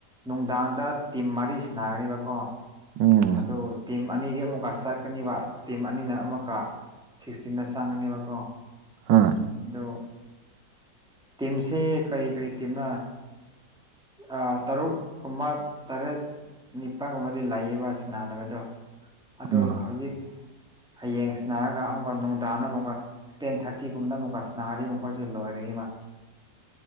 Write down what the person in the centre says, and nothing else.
ꯅꯨꯡꯗꯥꯡꯗ ꯇꯤꯝ ꯃꯔꯤꯁꯤ ꯅꯥꯒꯅꯦꯕꯀꯣ
ꯑꯗꯨꯣ ꯇꯤꯝ ꯑꯅꯤꯗꯤ ꯑꯃꯨꯛꯀ ꯆꯠꯀꯅꯤꯕ ꯇꯤꯝ ꯑꯅꯤꯅ ꯑꯃꯨꯛꯀ ꯁꯤꯛꯁꯇꯤꯟꯅ ꯆꯪꯒꯅꯤꯕꯀꯣ
ꯗꯣ ꯇꯤꯝꯁꯦ ꯀꯔꯤ ꯀꯔꯤ ꯇꯤꯝꯅ ꯑ ꯇꯔꯨꯛ ꯀꯃ ꯇꯔꯦꯠ ꯅꯤꯄꯜꯒꯨꯝꯕꯗꯤ ꯂꯩꯌꯦꯕ ꯑꯁ ꯅꯥꯕꯗꯣ ꯑꯗꯣ
ꯍꯧꯖꯤꯛ ꯍꯌꯦꯡ ꯁꯤꯟꯅꯔꯒ ꯑꯃꯨꯛꯀ ꯅꯨꯡꯗꯥꯡꯅ ꯑꯃꯨꯛꯀ ꯇꯦꯟ ꯊꯥꯔꯇꯤꯒꯨꯝꯕꯅ ꯑꯃꯨꯛꯀꯁ ꯅꯥꯔꯤꯕ ꯃꯈꯣꯏꯁ ꯂꯣꯏꯒꯅꯤꯕ